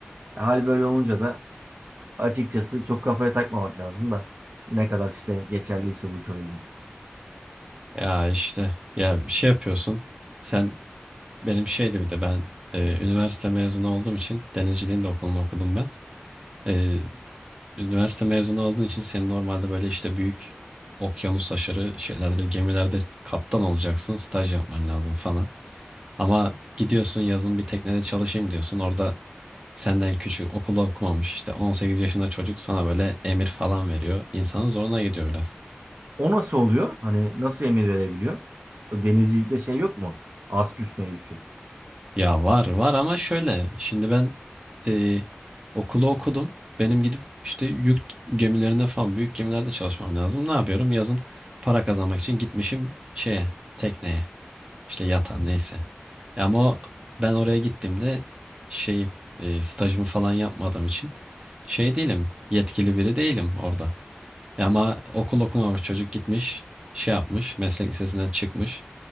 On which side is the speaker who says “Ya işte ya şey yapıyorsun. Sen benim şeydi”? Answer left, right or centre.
Right